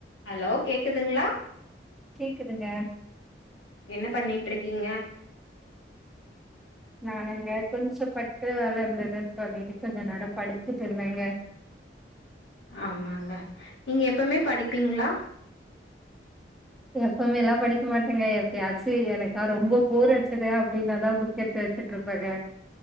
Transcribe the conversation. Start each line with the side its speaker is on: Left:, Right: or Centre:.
Left: Hello கேக்குதுங்களா
Centre: கேக்குதுங்க
Left: என்ன பண்ணிட்டு இருக்கீங்க
Centre: நானுங்க கொஞ்சோ படிக்கிற வேல இருந்ததுன்னு சொல்லிட்டு கொஞ்சோ நேரம் படிச்சுட்டு இருந்தேங்க
Left: ஆமாங்க நீங்க எப்பமே படிப்பீங்களா
Centre: எப்பவுமே எல்லா படிக்க மாட்டேங்க எப்படியாச்சு எனக்கா ரொம்ப போர் வச்சது அப்படின்னாதா புக் எடுத்து வச்சுட்டு இருப்பாங்க